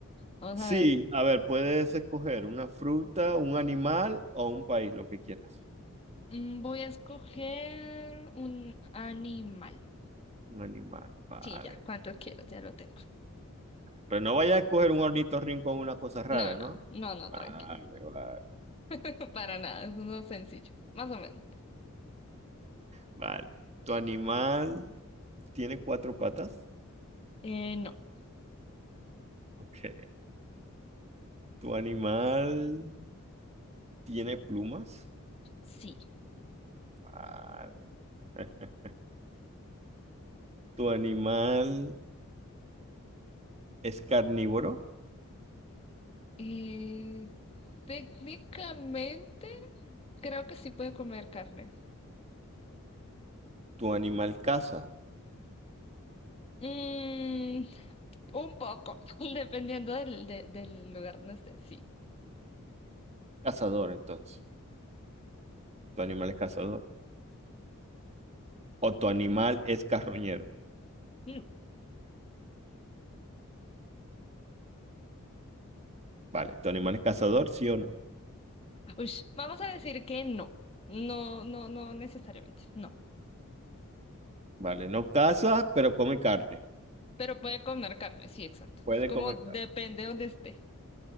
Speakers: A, on the left; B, on the right.
A: vamos
B: Sí,
A: a ver.
B: a ver, puedes escoger una fruta, un animal o un país, lo que quieras.
A: Mm, Voy a escoger un animal.
B: Un animal, vale.
A: Sí, ya, cuánto quieras, ya lo tengo.
B: Pero no vayas a escoger un ornitorrinco o una cosa rara,
A: No, no,
B: ¿no?
A: no, no, no,
B: Vale,
A: tranquila.
B: vale.
A: <laughs> Para nada, es uno sencillo, más o menos.
B: Vale. ¿Tu animal tiene cuatro patas?
A: Eh, no,
B: Ok. ¿Tu animal tiene plumas?
A: sí.
B: Vale. <laughs> ¿Tu animal es carnívoro?
A: Eh, técnicamente, creo que sí puede comer carne.
B: ¿Tu animal caza?
A: Mm, un poco, <laughs> dependiendo del, de- del lugar donde esté, sí.
B: Cazador, entonces. ¿Tu animal es cazador? ¿O tu animal es carroñero?
A: Mm,
B: Vale. ¿Tu animal es cazador, sí o no?
A: Ush, vamos a decir que no, no, no, no necesariamente, no.
B: Vale. No caza, pero come carne.
A: Pero puede comer carne, sí, exacto.
B: Puede
A: Es como
B: comer
A: depende
B: carne.
A: de donde esté.